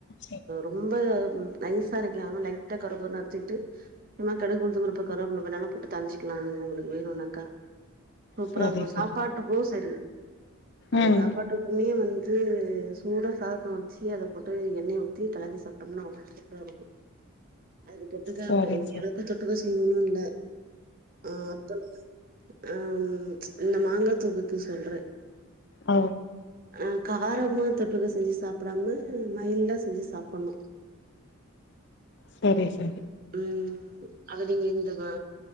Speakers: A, on the left; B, on the right.
A: சரி
B: ரொம்ப நைசா அரைக்காம லைட்டா கொரகொரனு அரச்சிக்கிட்டு சும்மா கடுகு உளுத்தம்பருப்பு கருவப்பில வேணாலு போட்டு தாழி்ச்சிக்குலா நீங்க உங்ளுக்கு வேணுனாக்கா சூப்பராருக்கு
A: சரி சரி
B: சாப்பாட்டுக்கு சரி ஆ
A: ம்
B: சாப்பாட்டு எண்ணயே வந்து சூடா சாதத்த வச்சு அத போட்டு எண்ணெய ஊத்தி கெளறி சாப்ட்டோம்னா அவ்ளோ சூப்பராருக்கு அதுக்கு தொட்டுக்க
A: சரி
B: பெரிய
A: சரி
B: அளவுக்கு தொட்டுக்க செய்யணுனு இல்ல ஆ அப்பொழுது அ இந்த மாங்கா தொக்குக்கு சொல்றே
A: அ
B: ஆ காரமா தொட்டுக்க செஞ்சு சாப்டாம மைல்டா செஞ்சு சாப்டணு
A: செரி சா
B: ம் அத நீங்க இந்த மா